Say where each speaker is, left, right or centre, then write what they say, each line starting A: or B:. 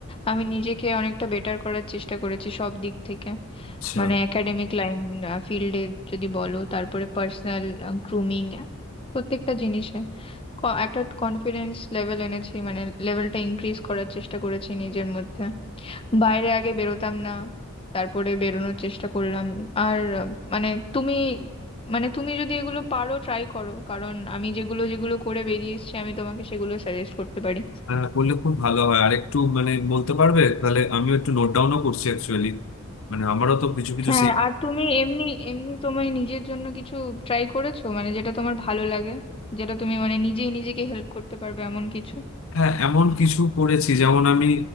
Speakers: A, on the left; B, on the left.
A: আমি নিজেকে অনেকটা বেটার করার চেষ্টা করেছি সব দিক থেকে
B: আচ্ছা
A: মানে একাডেমিক লাইন ফিল্ডে যদি বলো তারপরে পার্সোনাল গ্রুমিং প্রত্যেকটা জিনিসে ক- একটা কনফিডেন্স লেভেল এনেছি মানে লেভেলটা ইনক্রিজ করার চেষ্টা করেছি নিজের মধ্যে বাইরে আগে বেরোতাম না তারপরে বেরোনোর চেষ্টা করলাম আর আহ, মানে তুমি মানে তুমি যদি এগুলো পারো ট্রাই করো কারণ আমি যেগুলো যেগুলো করে বেরিয়ে এসেছি আমি তোমাকে সেগুলো সাজেস্ট করতে পারি
B: হ্যাঁ করলে খুব ভালো হয় আর একটু মানে বলতে পারবে তাহলে আমিও একটু নোট ডাউনও করছি অ্যাকচুয়ালি মানে আমারও তো কিছু কিছু
A: হ্যাঁ
B: সেই
A: আর তুমি এমনি এমনি তোমার নিজের জন্য কিছু ট্রাই করেছো মানে যেটা তোমার ভালো লাগে যেটা তুমি মানে নিজেই নিজেকে হেল্প করতে পারবে এমন কিছু
B: হ্যাঁ এমন কিছু করেছি যেমন আমি